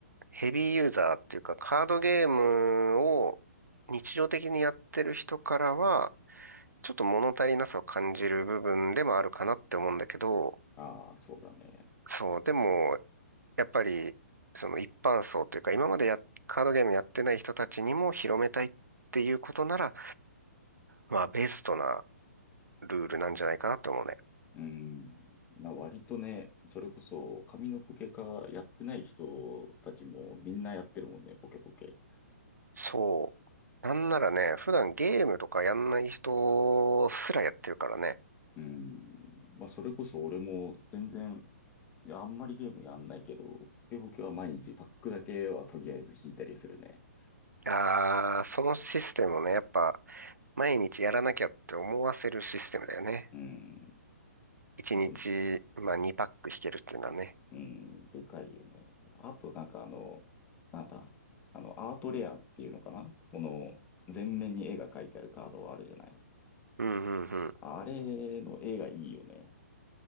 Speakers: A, on the right; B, on the left.
A: ヘビーユーザーっていうか、カードゲームを日常的にやってる人からは、ちょっと物足りなさを感じる部分でもあるかなって思うんだけど、
B: ああ、そうだね。
A: そう、でも、やっぱり、その一般層というか、今までや、カードゲームやってない人たちにも広めたいっていうことなら、まあ、ベストなルールなんじゃないかなと思うね。
B: うん。な、割とね、それこそ紙のポケカやってない人たちもみんなやってるもんね、ポケポケ。
A: そう。なんならね、普段ゲームとかやんない人すらやってるからね。
B: うん。まあ、それこそ俺も全然、いやあんまりゲームやんないけど、ポケポケは毎日パックだけはとりあえず引いたりするね。
A: ああ、そのシステムをね、やっぱ、毎日やらなきゃって思わせるシステムだよね。
B: うん。
A: 1日、
B: あと、
A: まあ、2パック引けるっていうのはね。
B: うん、でかいよね。あと、なんかあの、なんだ、あの、アートレアっていうのかなこの、全面に絵が描いてあるカードはあるじゃない。
A: うんうんうん。
B: あれの絵がいいよね。